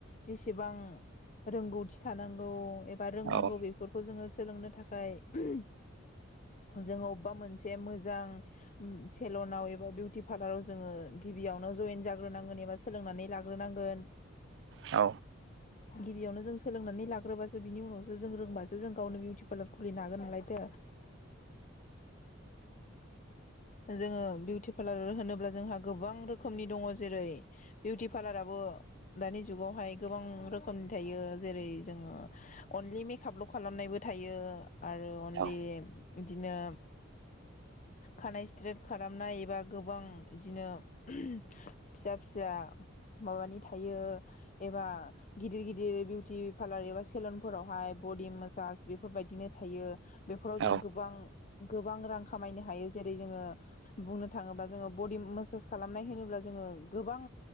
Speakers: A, on the left; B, on the right.
A: जेसेबां रोंगौथि थानांगौ एबा रोंनांगौ
B: औ
A: बेफोरखौ जोङो सोलोंनो थाखाय जोंङो अबेबा मोनसे मोज जाओं ओ सेलनाव एबा बिउति फारलार आव जोङो गिबि बियावनो जयेन जाग्रोनांगोन एबा सोलोंनानै लाग्रोनांगोन
B: औ
A: गिबियावनो जों सोलोंनानै लाग्रोबासो बिनि उनावसो जों रोंबासो जों गावनो बिउटि पार्लार खुलिनो हागोन नालायथो जोङो बिउटि पार्लार होनोब्ला जोंहा गोबां गोबां रोखोमनि दङ जेरै बिउटि पार्लाराबो दानि जुगावहाय गोबां रोखोम थायो जेरै जोङो अनलि मेकापल' खालामनायबो थायो आरो अनलि
B: औ
A: बिदिनो खानाय स्ट्रेट खालामनाय एबा गोबां बिदिनो फिसा फिसा माबानि थायो एबा गिदिर गिदिर बिउटि पार्लार एबा सेलनफोरावहाय बडि मासाज बेफोरबायदिनो थायो बेफोराव जों
B: औ
A: गोबां गोबां रां खामायनो हायो जेरै जोङो बुंनो थाङोबा जोङो बडि मासाज खालामनाय होनोब्ला जोङो गोबां